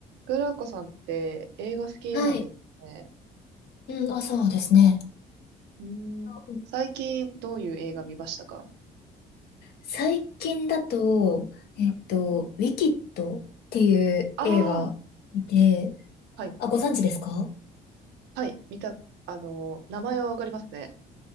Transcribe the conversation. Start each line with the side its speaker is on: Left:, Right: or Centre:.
Right: グラコさんって映画好きなんですよね。
Left: はい。うん、あ、そうですね。
Right: うーん、
Left: あうん
Right: 最近どういう映画見ましたか
Left: 最近だと、えっと、ウィキッドっていう映画見て、
Right: ああー、はい、
Left: あ、ご存知ですか
Right: はい、見た、あのー名前はわかりますね。